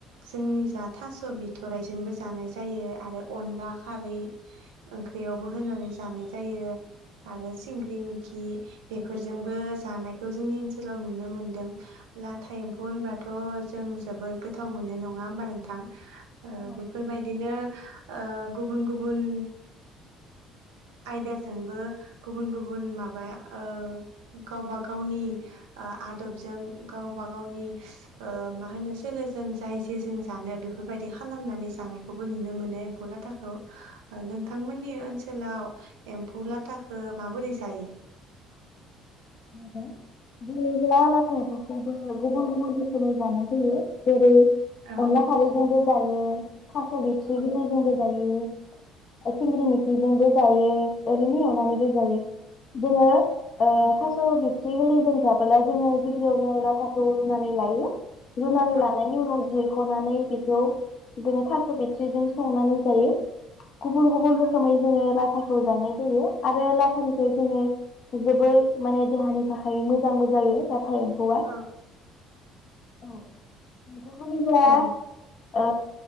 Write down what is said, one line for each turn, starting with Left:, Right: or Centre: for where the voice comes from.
Right: जोंनि जा थास' बिथ'राइजोंबो जानाय जायो आरो अनला खारै ओंख्रियावबो होनानै जानाय जायो आरो सिंग्रि मिखि बेफोरजोंबो जानायखौ जोंनि ओनसोलाव नुनो मोनदों लाथा एम्फौ होनबाथ' जों जोबोद गोथाव मोननाय नङा होमबा नोंथां ओ
Left: औ
Right: बेफोरबायदिनो ओ गुबुन गुबुन आयदाजोंबो गुबुन गुबुन माबा ओ गावबा गावनि आदबजों गावबा गावनि ओ मा होनो सोलोजों जाय जेजों जानो बेफोरबायदि खालामनानै जानायखौबो नुनो मोनो एम्फौ लाथाखौ नोंथांमोननि ओनसोलाव एम्फौ लाथाखौ माबोरै जायो?
Left: जै बे लाथाफोरखौबो गुबुन गुबुन रोखोमै जानाय फैयो जेरै
Right: औ
Left: अनला खारैजोंबो जायो थास' बिथ्रि
Right: औ
Left: गैरलैबो जायो सिंग्रि मिख्रिजोंबो जायो ओरैनो एवनानैबो जायो जोङो ओ थासो बिथ्रि गोलै जों जाबला जोङो गिबियावनो लाथखौ रुनानै लायो रुनानै
Right: औ
Left: लानायनि उनाव जिर ख'नानै बेखौ बिदिनो थास बिथ्रिजों संनानै जायो गुबुन गुबुन रोखोमै जोङो लाथाखौ जानाय जायो आरो लाथानिफ्राय जोङो जोबोर माने देहानि थाखाय मोजांबो जायो थाव एम्फौआ
Right: औ
Left: औ नोंथांमोननि जा
Right: औ
Left: ओ